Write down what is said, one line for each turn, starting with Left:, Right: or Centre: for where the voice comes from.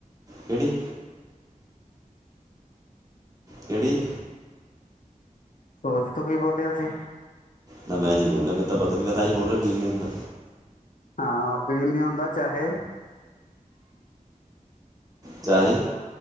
Right: ਕੇੜੀ। ਕਿਹੜੀ
Left: ਸੋਚ ਤੂੰ ਕੀ ਬੋਲਿਆ ਸੀ।
Right: ਨਾ ਮੈਂ ਨੀ ਬੋਲਿਆ, ਮੈਨੂੰ ਤਾਂ ਪਤਾ ਨੀ ਮੈਂ ਤਾਂ ਬੋਲ ਰਿਹਾ ਫੀਲ ਨਹੀਂ ਹੁੰਦਾ।
Left: ਹਾਂ ਫੀਲ ਨੀ ਹੁੰਦਾ ਚਾਹੇ
Right: ਚਾਹੇ